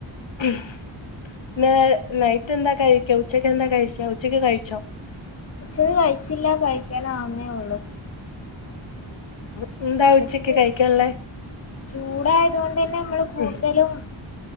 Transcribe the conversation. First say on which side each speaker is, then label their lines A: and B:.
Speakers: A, on the left (about 70°); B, on the left (about 30°).
A: പി പിന്നെ നൈറ്റ് എന്താ കഴിക്കാൻ ഉച്ചക്ക് എന്താ കഴിച്ചേ ഉച്ചക്ക് കഴിച്ചോ?
B: ഉച്ചക്ക് കഴിച്ചില്ല കഴിക്കാൻ ആവുന്നേ ഉള്ളൂ.
A: ഉം എന്താ
B: ഉച്ചക്ക്
A: കഴിക്കാനുള്ളേ
B: ചൂടായതു കൊണ്ട് തന്നെ നമ്മള് കൂടുതലും
A: ഉം